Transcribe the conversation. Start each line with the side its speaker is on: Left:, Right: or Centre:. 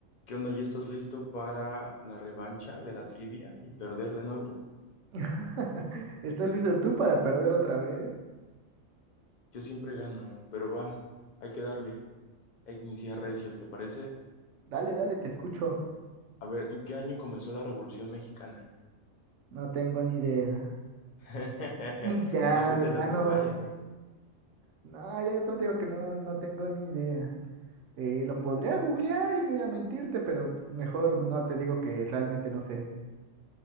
Left: ¿Qué onda? ¿Ya estás listo para la revancha de la trivia y perder de nuevo?
Right: <laughs> ¿Estás listo tú para perder otra vez?
Left: Yo siempre gano, pero va, hay que darle, a que iniciar recios, ¿te parece?
Right: Dale, dale, te escucho.
Left: A ver, ¿en qué año comenzó la Revolución Mexicana?
Right: No tengo ni idea.
Left: <laughs>
Right: Mm. Ya,
Left: ¿No fuiste
Right: de plano.
Left: a la primaria? ¿Qué,
Right: No, ya de plano te digo que no, no tengo ni idea. Eh, lo podría googlear y mira, mentirte, pero mejor no te digo que realmente no sé.